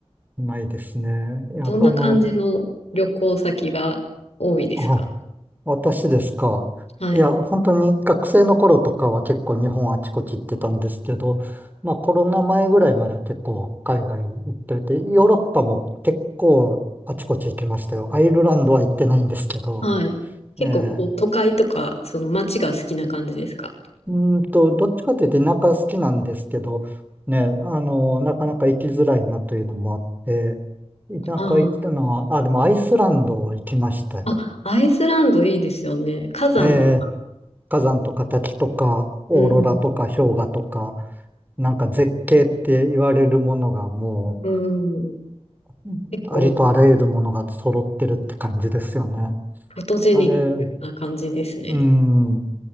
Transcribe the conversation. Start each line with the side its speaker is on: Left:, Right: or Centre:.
Right: ないですね。いや、
Left: どんな感じの旅行先が多いですか
Right: あの、あ、私ですか。
Left: はい。
Right: いや、本当に学生の頃とかは結構日本あちこち行ってたんですけど、まあコロナ前ぐらいまでは結構海外に行ってて、ヨーロッパも結構あちこち行きましたよ。アイルランドは行ってないんですけど、
Left: はい。結構こう都会とか、
Right: ええ
Left: その街が好きな感じですか
Right: うーんと、どっちかというと田舎好きなんですけど、ね、あの、なかなか行きづらいなというのもあって、田舎行ったのは、
Left: あ
Right: あ、でもアイスランド行きましたよ。
Left: あ。あ、アイスランドいいですよね。火山とか。
Right: ええ火山とか滝とか、オーロラとか氷河とか、
Left: うん。
Right: なんか絶景って言われるものがも
Left: うん。
Right: う、うんありとあらゆるものが揃ってるって感じですよね。
Left: 結構フォトジェニックな感じですね。
Right: あれ、うん。